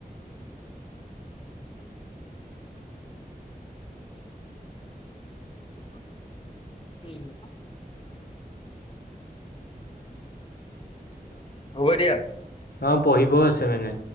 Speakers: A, on the left; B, on the left.
A: সহ হ'ব দিয়া
B: অ পঢ়িবও আছে মানে